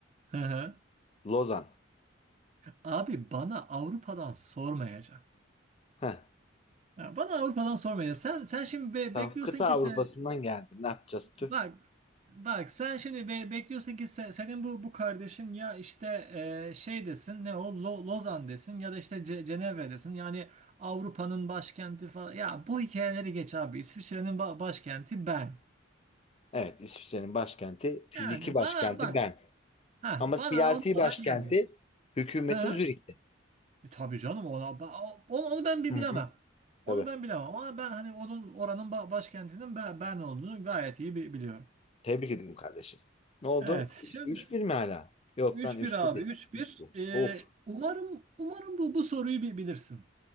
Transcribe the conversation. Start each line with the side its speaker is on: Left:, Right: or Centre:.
Right: Hı hı.
Left: Lozan.
Right: Abi bana Avrupa'dan sormayacaksın.
Left: Heh,
Right: Ya bana Avrupa'dan sormayacaksın. Sen sen şimdi be-
Left: tamam
Right: bekliyorsun
Left: kıta
Right: ki
Left: Avrupa'sından
Right: sen
Left: geldi. Ne yapacağız tüh?
Right: bak Bak sen şimdi be- bekliyorsun ki se- senin bu bu kardeşin ya işte e, şey desin ne o Lo- Lozan desin ya da işte Ce- Cenevre desin yani Avrupa'nın başkenti falan ya bu hikayeleri geç abi İsviçre'nin ba- başkenti ben
Left: Evet İsviçre'nin başkenti, fiziki
Right: yani
Left: başkenti
Right: bana bak
Left: Ben.
Right: ha
Left: Ama
Right: bana
Left: siyasi
Right: Avrupa'dan
Left: başkenti
Right: gelmeyecek
Left: hükümeti
Right: ha
Left: Zürih'te.
Right: E, tabii canım ona ba- onu, onu ben bir
Left: Hı
Right: bilemem
Left: hı.
Right: onu
Left: Tabii.
Right: ben bilemem ama ben hani onun oranın ba- başkentinin ben, ben olduğunu gayet iyi bi- biliyorum.
Left: Tebrik ediyorum kardeşim. Ne oldu?
Right: Evet
Left: üç-
Right: şimdi.
Left: 3-1 mi hala? Yok
Right: 3-1
Left: lan üç
Right: abi
Left: bir değil.
Right: 3-1.
Left: Üç bir.
Right: Ee,
Left: Of.
Right: umarım umarım bu bu soruyu bir bilirsin.